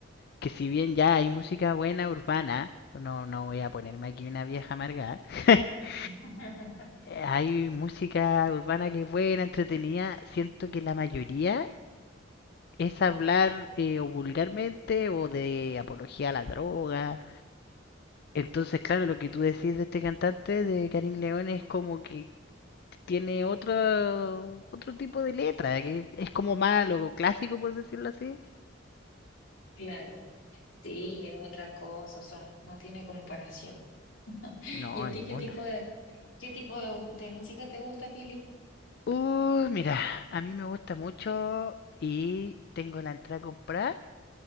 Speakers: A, on the left (about 55°); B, on the left (about 75°).
A: que si bien ya hay música buena urbana, no, no voy a ponerme aquí una vieja amargada. <laughs>
B: <laughs>
A: eh, hay música urbana que es buena, entretenida. Siento que la mayoría es hablar eh, o vulgarmente o de apología a la droga. Entonces, claro, lo que tú decís de este cantante, de Karim León, es como que tiene otro, otro tipo de letra, que es como malo clásico, por decirlo así.
B: Claro, sí, es otra cosa, o sea, no tiene comparación. <laughs>
A: No,
B: ¿Y a ti
A: ninguna.
B: qué tipo de, qué tipo de, de música te gusta, Pili?
A: Uh, mira, a mí me gusta mucho y tengo la entrada comprada.